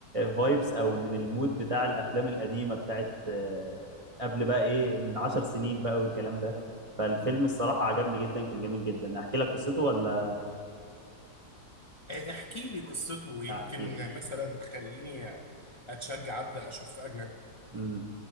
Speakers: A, on the right; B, on the left.
A: فايبس او من المود بتاع الافلام القديمه بتاعت آه، قبل بقى ايه من عشر سنين بقى والكلام ده فالفيلم الصراحه عجبني جدا كان جميل جدا احكي لك قصته ولا
B: آه احكي لي قصته ويمكن
A: احكي
B: مثلا تخليني اتشجع ابدا اشوف اجنبي
A: لك